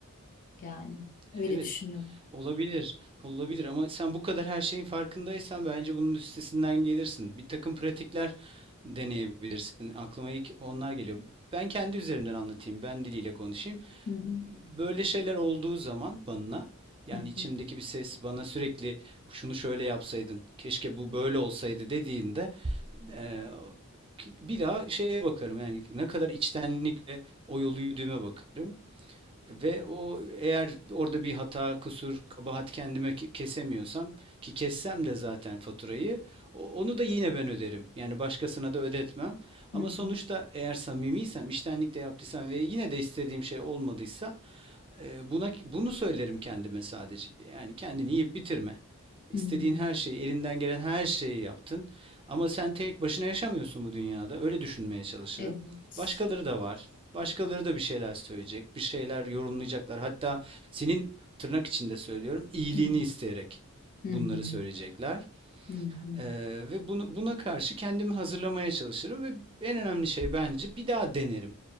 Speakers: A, on the left; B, on the right.
A: Yani öyle
B: Evet,
A: düşünüyorum.
B: olabilir, olabilir ama sen bu kadar her şeyin farkındaysan bence bunun üstesinden gelirsin. Bir takım pratikler deneyebilirsin. Aklıma ilk onlar geliyor. Ben kendi üzerimden anlatayım, ben diliyle konuşayım.
A: Hı hı,
B: Böyle şeyler olduğu zaman bana, yani
A: hı hı,
B: içimdeki bir ses bana sürekli şunu şöyle yapsaydın, keşke bu böyle olsaydı dediğinde eee, ki- bir daha şeye bakarım yani ne kadar içtenlikle o yolu yürüdüğüme bakarım. Ve o eğer orada bir hata, kusur, kabahat kendime kesemiyorsam ki kessem de zaten faturayı onu da yine ben öderim. Yani başkasına da ödetmem. Ama
A: hı hı,
B: sonuçta eğer samimiysem, iştenlikle yaptıysam ve yine de istediğim şey olmadıysa e, buna bunu söylerim kendime sadece. Yani kendini yiyip bitirme. İstediğin
A: hı hı.
B: her şeyi, elinden gelen her şeyi yaptın. Ama sen tek başına yaşamıyorsun bu dünyada. Öyle düşünmeye çalışırım.
A: Evet.
B: Başkaları da var. Başkaları da bir şeyler söyleyecek, bir şeyler yorumlayacaklar. Hatta senin tırnak içinde söylüyorum, iyiliğini
A: Hı hı,
B: isteyerek
A: hı
B: bunları
A: hı,
B: söyleyecekler.
A: hı hı.
B: Ee, ve bunu, buna karşı kendimi hazırlamaya çalışırım ve en önemli şey bence bir daha denerim.